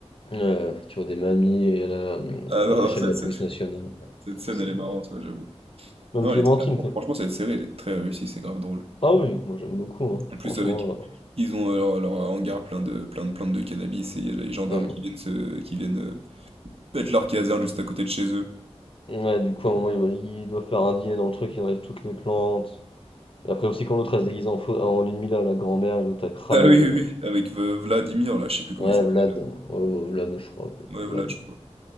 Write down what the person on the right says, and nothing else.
Ah non,
non,
cette,
cette-
cette scène,
elle est marrante, ouais, j'avoue.
Non,
elle est très-
franchement, cette série, elle est très réussie, c'est grave drôle.
En plus,
avec, ils ont euh, leur, leur hangar plein de, plein de plantes de cannabis et il y a les gendarmes
qui viennent se, qui viennent euh, mettre leur caserne juste à côté de chez eux.
Ah oui,
oui, oui, avec euh, Vladimir, là, je sais plus comment
il s'appelle.
là.
Ouais,
Vlad, je crois.